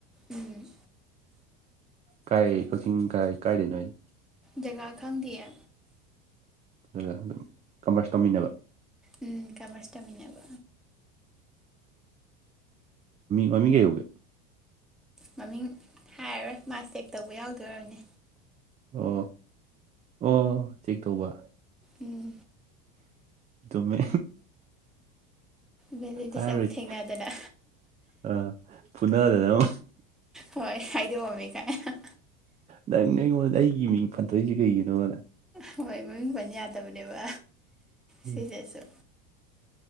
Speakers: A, in the centre; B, on the right.
A: ꯎꯝ
B: ꯀꯥꯏ ꯀꯣꯆꯤꯡ ꯀꯥꯏ ꯀꯥꯏ ꯂꯩꯅꯣ ꯍꯥꯏꯗꯤ
A: ꯖꯒꯥ ꯈꯪꯗꯌꯦ
B: ꯑꯗꯨꯒ ꯑꯗꯨꯝ ꯀꯝꯃꯔꯁ ꯇꯧꯃꯤꯟꯅꯕ
A: ꯎꯝ ꯀꯃꯔꯁ ꯇꯝꯃꯤꯟꯅꯕ
B: ꯃꯃꯤꯡ ꯀꯩ ꯀꯧꯒꯦ
A: ꯃꯃꯤꯡ ꯍꯥꯏꯔꯔꯣꯏ ꯃꯥ ꯆꯦꯛ ꯇꯧꯕ ꯌꯥꯎꯗꯣꯢ ꯑꯣꯢꯔꯝꯅꯤ
B: ꯑꯣ ꯑꯣ ꯆꯦꯛ ꯇꯧꯕ
A: ꯎꯝ
B: ꯆꯨꯝꯃꯦ
A: ꯕꯦꯂꯤꯗꯦꯁꯥꯟꯗ
B: ꯍꯥꯏꯔꯣꯏꯁꯤ
A: ꯑꯃꯨꯛ ꯊꯦꯡꯅꯗꯅ
B: ꯑꯥ ꯐꯨꯅꯗ꯭ꯔꯣ
A: ꯍꯣꯏ ꯍꯥꯏꯗꯣꯛ ꯑꯝꯃꯤꯀꯥꯏꯅ
B: ꯅꯪ ꯑꯩꯉꯣꯟꯗ ꯑꯩꯒꯤ ꯃꯤꯡ ꯁꯥꯟꯗꯣꯛꯢꯁꯦ ꯀꯩꯒꯤꯅꯣꯅ
A: ꯍꯣꯏ ꯃꯃꯤꯡ ꯄꯥꯟ ꯌꯥꯗꯕꯅꯦꯕ
B: ꯎꯝ
A: ꯁꯤꯁꯤꯁꯨ